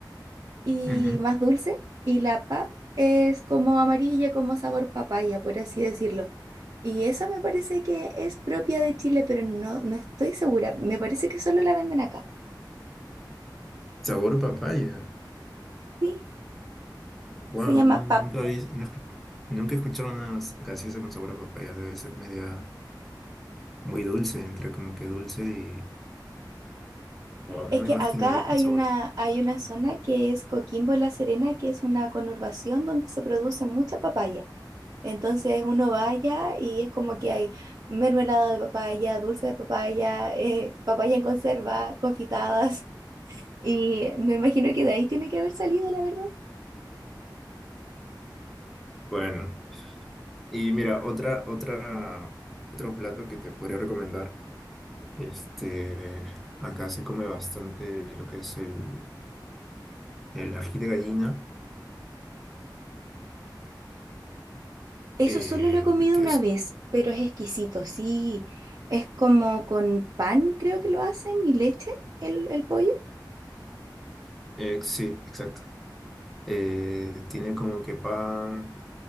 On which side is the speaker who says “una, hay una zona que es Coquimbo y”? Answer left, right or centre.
Right